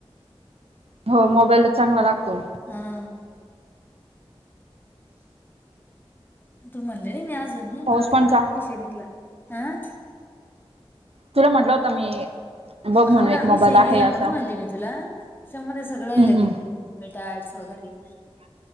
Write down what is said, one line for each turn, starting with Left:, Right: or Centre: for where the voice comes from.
Right: हो मोबाईल चांगला लागतो-
Left: हा.... तुम्ही म्हणले मी अजून मी
Right: पाऊस
Left: मारल
Right: पण चां
Left: आता विषय निघला हं-
Right: तुला म्हटलं होतं मी- बघ म्हणू
Left: हो
Right: एक
Left: ना
Right: मोबाईल
Left: विषय
Right: आहे
Left: निघला
Right: असा
Left: म्हणून म्हणली मी तुला समोर मध्ये सगळं
Right: हम्म
Left: याल
Right: हम्म
Left: गे- ते कॅट्स वगैरे-